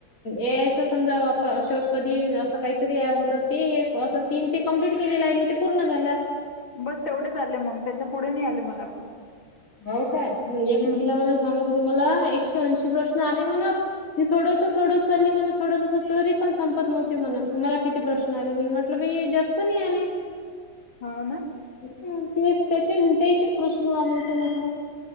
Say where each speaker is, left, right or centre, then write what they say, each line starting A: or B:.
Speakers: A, on the left; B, on the left.
A: ए आय समजावा श कधी अस काहीतरी होत ते अस तीन ते कंप्लीट केलेलं आहे मी ते पूर्ण झाला
B: बस तेवढेच आले मग त्याच्या पुढे नाही आले मला पण,
A: हो, काय म्हणजे एक
B: हम्म
A: महिला मला सांगत होती मला एक दोनशे प्रश्न आले म्हणत मी सोडत सोडत चालली म्हणत सोडत तरी पण संपत नव्हती म्हणत मला किती प्रश्न आले मी म्हटलं जास्त नाही आले
B: हो ना.
A: ह ते त्याचे त्याचे प्रश्न आले होता म्हटलं